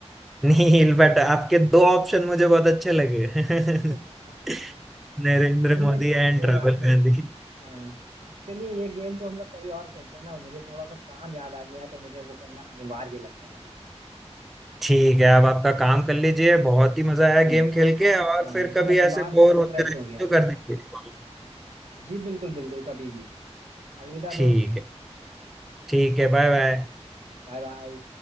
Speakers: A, in the centre; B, on the right.
A: नील बट आपके दो ऑप्शन मुझे बहुत अच्छे लगे <laughs>
B: <laughs>
A: नरेंद्र
B: चलिए
A: मोदी
B: कोई
A: एंड राहुल
B: बात नहीं
A: गांधी
B: हाँ चलिए ये गेम को हम लोग कभी और खेलते हैं ना मुझे थोड़ा सा काम याद आ गया है, तो मुझे वो करना अनिवार्य लगता है अभी
A: ठीक है अब आपका काम कर लीजिए बहुत ही मजा आया
B: जी
A: गेम खेल के और
B: हाँ
A: फिर
B: पूरा
A: कभी
B: दिमाग
A: ऐसे बोर होते
B: फ्रेश
A: रहे
B: हो गया
A: तो कर दीजिए कॉल
B: जी बिल्कुल बिल्कुल कभी भी अलविदा
A: ठीक
B: दोस्त
A: है ठीक है बाय बाय
B: Bye bye